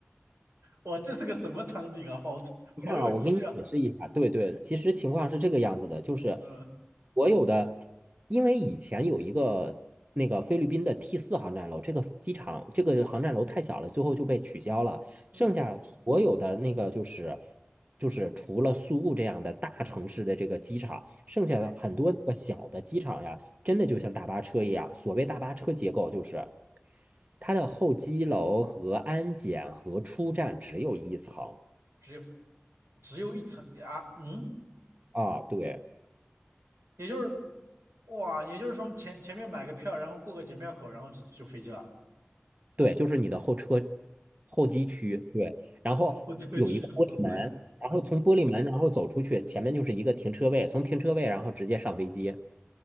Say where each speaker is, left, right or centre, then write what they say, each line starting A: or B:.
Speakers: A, on the right; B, on the right.
A: 哇，这是个什么场景啊？好好有趣啊！
B: 你看啊，我给你解释一下，对对，其实情况是这个样子的，就是
A: 嗯
B: 所有的，因为以前有一个那个菲律宾的 T 四航站楼，这个机场这个航站楼太小了，最后就被取消了，
A: 嗯，
B: 剩下所有的那个就是就是除了宿务这样的大城市的这个机场，剩下的很多个小的机场呀，
A: 对，
B: 真的就像大巴车一样，所谓大巴车结构就是它的候机楼和安检和出站只有一层
A: 只有只有一层啊，嗯，
B: 啊，对。
A: 也就是哇，也就是说前前面买个票，然后过个检票口，然后就就飞机了。
B: 对，就是你的候车候机区，对，然后有一个玻璃门，
A: 我这个去的都出来了，
B: 然后从玻璃门然后走出去，前面就是一个停车位，从停车位然后直接上飞机。